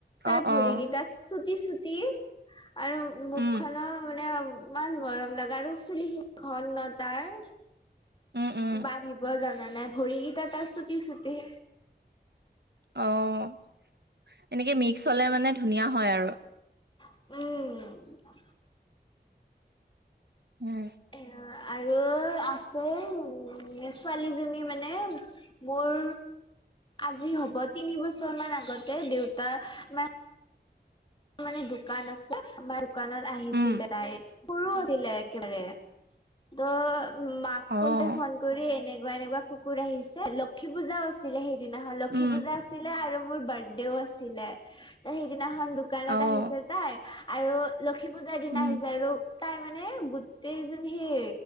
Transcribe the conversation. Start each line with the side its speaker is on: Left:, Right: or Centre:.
Left: তাৰ
Right: অ',
Left: ভৰিকেইটা
Right: অ',
Left: চুটি চুটি। আৰু মুখ
Right: উম,
Left: খনৰ মানে ইমান মৰম লগা আৰু চুলিখিনি ঘন তাৰ
Right: উম, উম,
Left: বান্ধিব জানা নাই, ভৰিকেইটা তাৰ চুটি চুটি।
Right: অ', এনেকে মিক্স হলে মানে ধুনীয়া হয় আৰু।
Left: উম।
Right: উম।
Left: এ আৰু আছে উম ছোৱালীজনী মানে মোৰ আজি হ'ব তিনি বছৰ মান আগতে দেউতাৰ মা মানে দোকান আছে, আমাৰ দোকানত আহিছিলে
Right: উম,
Left: তাই সৰু আছিলে একেবাৰে। ত' মাক
Right: অ',
Left: কৈছে ফোন কৰি এনেকুৱা এনেকুৱা কুকুৰ আহিছে। লক্ষী পূজাও আছিলে সেইদিনাখন, লক্ষী
Right: উম,
Left: পূজা আছিলে আৰু মোৰ বাৰ্থডেও আছিলে। ত' সেইদিনাখন দোকানত
Right: অ',
Left: আহিছে তাই আৰু লক্ষী পূজাৰ দিনা
Right: উম,
Left: আহিছে আৰু তাই মানে গোটেই যোন সেই